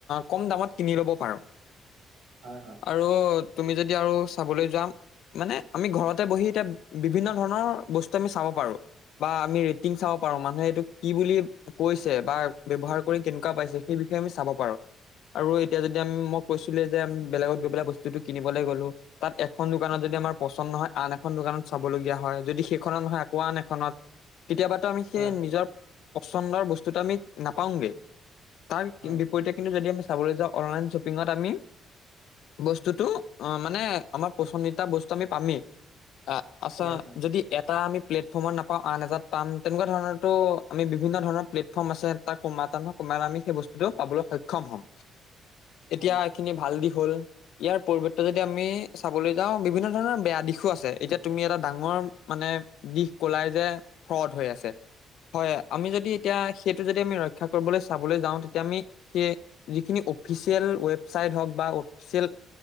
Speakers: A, on the left (about 80°); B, on the right (about 80°).
A: কম দামত কিনি ল'ব পাৰোঁ।
B: হয় হয়।
A: আৰু তুমি যদি আৰু চাবলৈ যাম। মানে আমি ঘৰতে বহি এতিয়া বিভিন্ন ধৰণৰ বস্তু আমি চাব পাৰোঁ। বা আমি ৰেটিং চাব পাৰো, মানুহে এইটো কি বুলি কৈছে বা ব্যৱহাৰ কৰি কেনেকুৱা পাইছে। সেই বিষয়ে আমি চাব পাৰো, আৰু এতিয়া যদি উম, মই কৈছিলো যে <unintelligible> বেলেগত গৈ পেলাই বস্তুটো কিনিবলৈ গ'লো। তাত এখন দোকানত যদি আমাৰ পচন্দ নহয়, আন এখন দোকানত চাবলগীয়া হয়, যদি সেইখনত নহয় আকৌ আন এখনত। <inaudible> কেতিয়াবাতো আমি সেই
B: হয় হয়
A: নিজৰ পচন্দৰ বস্তুটো আমি নাপাওঁগৈ, কাৰণ
B: হয়
A: <unintelligible> যদি আমি চাবলৈ যাওঁ অনলাইন শ্বপিংত আমি বস্তুটো অ, মানে আমাৰ পচন্দিতা বস্তু আমি পামেই, আ আচ
B: হয় হয়
A: যদি এটা আমি প্লেটফৰ্মত নাপাওঁ, আন এজাত পাম, তেনেকুৱা ধৰণৰো আমি বিভিন্ন ধৰণৰ প্লেটফৰ্ম আছে। তাত কোনোবা এটা নহয় কোনোবা এটাত আমি সেই বস্তুটোত পাবলৈ সক্ষম হ'ম।
B: হয়
A: এতিয়া এইখিনি ভাল দিশ হ'ল ইয়াৰ পৰিৱৰ্তে যদি আমি চাবলৈ যাওঁ, বিভিন্ন ধৰণৰ বেয়া দিশো আছে, এতিয়া তুমি এটা ডাঙৰ মানে দিশ ক'লাই যে ফ্ৰড হৈ আছে, হয়, আমি যদি তেতিয়া সেইটো যদি আমি ৰক্ষা কৰিবলৈ চাবলৈ যাওঁ, তেতিয়া আমি সেই যিখিনি অফিচিয়েল ৱেবচাইট হওক বা অফিচিয়েল